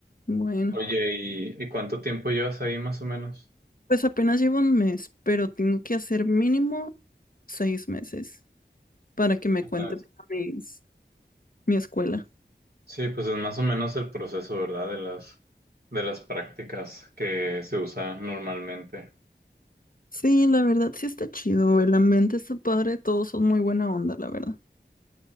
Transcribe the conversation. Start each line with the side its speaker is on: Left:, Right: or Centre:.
Left: bueno.
Right: Oye, ¿y, y cuánto tiempo llevas ahí más o menos?
Left: Pues apenas llevo un mes, pero tengo que hacer mínimo seis meses para que me
Right: Ah,
Left: cuente mis- mi escuela.
Right: sí, pues es más o menos el proceso, ¿verdad? De las, de las prácticas que se usa normalmente.
Left: Sí, la verdad sí está chido, el ambiente está padre, todos son muy buena onda, la verdad.